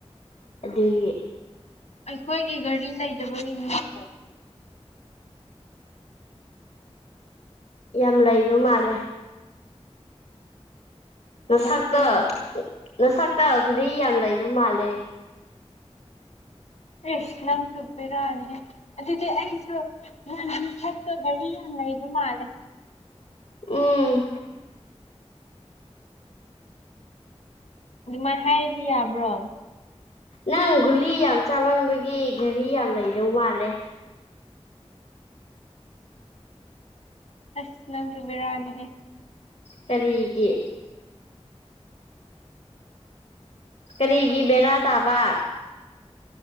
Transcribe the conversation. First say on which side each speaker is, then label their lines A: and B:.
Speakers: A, on the left; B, on the left.
A: ꯑꯗꯨꯒꯤ
B: ꯑꯩꯈꯣꯏꯒꯤ ꯒꯔꯤ ꯂꯩꯇꯕꯒꯤꯅꯦ <unintelligible>
A: ꯌꯥꯝ ꯂꯩꯕ ꯃꯥꯜꯂꯦ ꯅꯁꯛꯇ
B: ꯂꯩꯇꯦ
A: ꯅꯁꯛꯇꫭ ꯘꯔꯤ ꯌꯥꯝ ꯂꯩꯕ ꯃꯥꯜꯂꯦ
B: ꯏꯁ ꯅꯪꯁꯨ ꯕꯦꯔꯥꯅꯤꯍꯦ ꯑꯗꯨꯗꯤ ꯑꯩꯁꯨ ꯅꯥꯟꯅ ꯅꯁꯛꯇꫭ ꯘꯔꯤ ꯌꯥꯝ ꯂꯩꯕ ꯃꯥꯜꯂꯦ
A: ꯎꯝ
B: ꯑꯗꯨꯃꯥꯏꯅ ꯍꯥꯏꯔꯗꯤ ꯌꯥꯕ꯭ꯔꯣ
A: ꯅꯪ ꯒꯨꯂꯤ ꯌꯥꯝ ꯆꯥꯃꯟꯕꯒꯤ ꯘꯔꯤ ꯌꯥꯝ ꯂꯩꯗꯧ ꯃꯥꯜꯂꯦ
B: ꯑꯁ ꯅꯪꯁꯨ ꯕꯦꯔꯥꯅꯤꯍꯦ
A: ꯀꯔꯤꯒꯤ ꯀꯔꯤꯒꯤ ꯕꯦꯔꯥ ꯇꯥꯕ